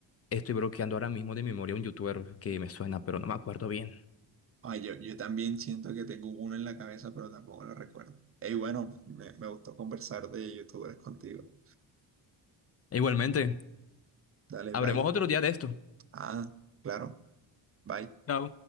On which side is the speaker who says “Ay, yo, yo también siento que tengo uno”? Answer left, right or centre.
Right